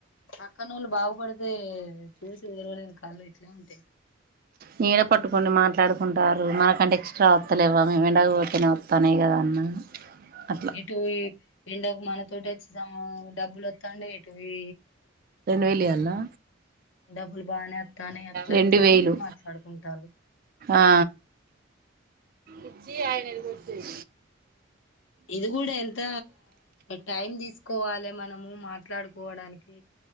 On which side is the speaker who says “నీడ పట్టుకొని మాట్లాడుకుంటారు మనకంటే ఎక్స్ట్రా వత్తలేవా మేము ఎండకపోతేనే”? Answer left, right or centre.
Right